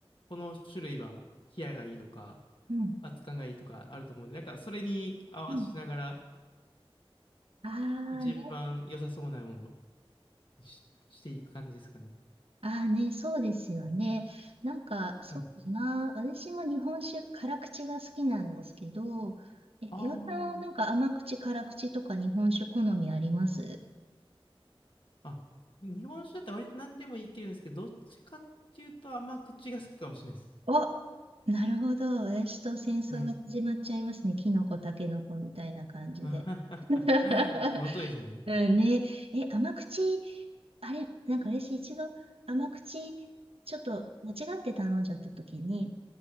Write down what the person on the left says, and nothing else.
この種類は冷やがいいとか、
熱燗がいいとかあると思うんで、なんかそれに合わせながら
一番良さそうなものを
し、していく感じですかね。
そうです。
あ
あ、あ、日本酒だったら割と何でもいけるんですけど、どっちかっていうと甘口が好きかもしれないです。
はい。
<laughs>
本当ですね。